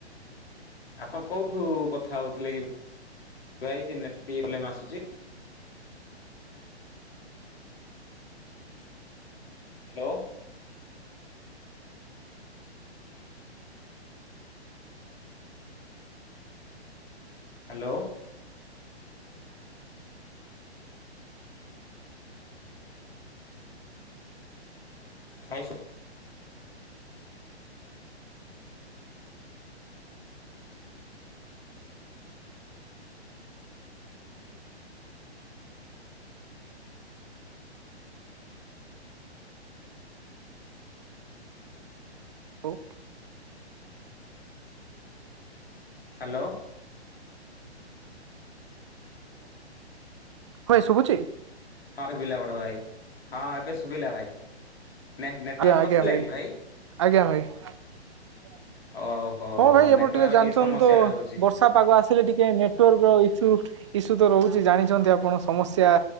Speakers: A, on the left; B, on the right.
A: ଆପଣ କୋଉଠୁ କଥା ହଉଥିଲେ କି ଭାଇ ନେଟୱାର୍କ ପ୍ରୋବ୍ଲେମ ଆସୁଛି। ହ୍ୟାଲୋ। ହ୍ୟାଲୋ ଖାଇସୁ
B: ହଉ
A: ହ୍ୟାଲୋ
B: ହଏ ଶୁଭୁଛି
A: ହଁ ଶୁଭିଲା ବଡ ଭାଇ ହଁ ଏବେ ଶୁଭିଲା ଭାଇ। ନ ନେଟୱାର୍କ
B: ଆଜ୍ଞା ଆଜ୍ଞା
A: ନଥିଲା କି ଭାଇ?
B: ଆଜ୍ଞା ଭାଇ <inaudible>
A: ଓହୋ
B: ହଁ ଭାଇ ଏପଟେ
A: ନେଟୱାର୍କ
B: ଟିକେ ଜାଣିଛନ୍ତି
A: ସମସ୍ୟା
B: ତ
A: ରହୁଛି
B: ବର୍ଷା ପାଗ ଆସିଲେ ଟିକେ ନେଟୱାର୍କ ର ଇସ୍ୟୁ। ଇସ୍ୟୁ ତ ରହୁଛି ଜାଣିଛନ୍ତି ଆପଣ ସମସ୍ୟା